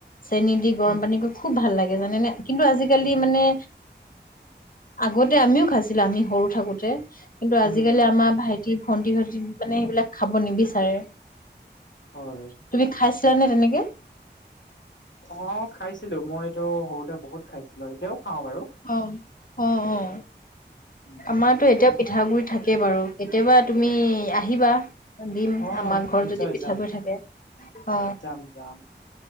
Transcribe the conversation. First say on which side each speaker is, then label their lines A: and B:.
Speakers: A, on the left; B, on the left.
A: চেনি দি গৰম
B: উম,
A: পানী খুব ভাল লাগে জানে নে কিন্তু আজিকালি মানে আগতে আমিও খাইছিলো আমি সৰু থাকোতে কিন্তু
B: উম,
A: আজিকালি
B: উম,
A: আমাৰ ভাইটি ভাইটি ভণ্টিহতে মানে সেইবিলাক খাব নিবিচাৰে।
B: হয়।
A: তুমি খাইছিলানে তেনেকে?
B: অ' খাইছিলো মইটো সৰুতে বহুত খাইছিলো এতিয়াও খাওঁ বাৰু।
A: অ' অ' অ'
B: উম,
A: অ'
B: উম,
A: আমাৰতো এতিয়াও পিঠাগুৰি থাকে বাৰু কেতিয়াবা তুমি আহিবা। দিম
B: অ',
A: আমাৰ ঘৰত
B: নিশ্চয়
A: যদি পিঠাগুৰি
B: যাম,
A: থাকে। অ।
B: যাম যাম